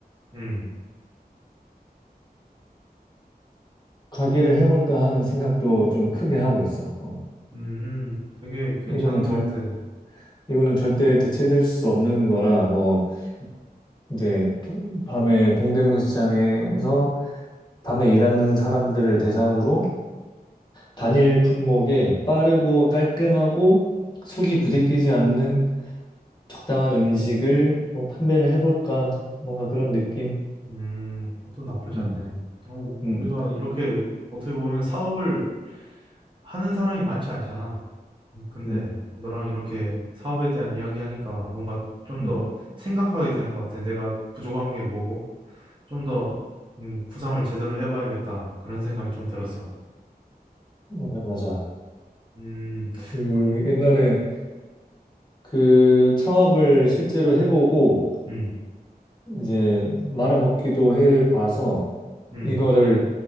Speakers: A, on the right; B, on the left.
A: 음,
B: 가게를 해볼까 하는 생각도 좀 크게 하고 있어. 어,
A: 음, 되게 괜찮은
B: 이거는 절
A: 것 같아.
B: 이거는 절대 대체될 수 없는 거라 뭐 이제 도- 밤에 동대문 시장에서 밤에 일하는 사람들을 대상으로 단일 품목에 빠르고 깔끔하고 속이 부대끼지 않는 적당한 음식을 뭐 판매를 해볼까 뭔가 그런 느낌.
A: 음, 그것도 나쁘지
B: 음,
A: 않네. 어,
B: 음,
A: 우리가 이렇게 어떻게 보면 사업을 하는 사람이 많지 않잖아. 음, 근데
B: 음,
A: 너랑 이렇게 사업에 대한 이야기하니까 뭔가 좀
B: 음.
A: 더 생각하게 되는 것 같아. 내가 부족한 게 뭐고? 좀 더, 음, 구상을 제대로 해봐야겠다. 그런 생각이 좀 들었어.
B: 맞아, 맞아.
A: 음,
B: 그
A: 우리,
B: 옛날에 그 창업을 실제로 해보고
A: 음,
B: 이제 말아먹기도 해봐서
A: 음,
B: 이거를